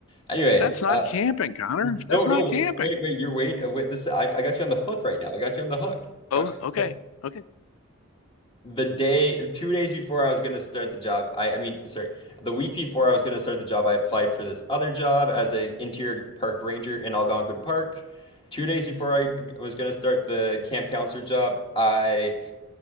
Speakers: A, on the left; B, on the left.
A: Anyway,
B: That's not
A: uh,
B: camping, Connor. That's
A: no,
B: not
A: no,
B: camping.
A: wait, wait, you're wait, uh, wait. This I, I got you on the hook right now. I got you on the hook.
B: Oh,
A: Got you.
B: okay.
A: on the hook.
B: Okay.
A: The day, two days before I was gonna start the job, I, I mean, sorry, the week before I was gonna start the job, I applied for this other job as a interior park ranger in Algonquin Park. Two days before I was gonna start the camp counselor job, I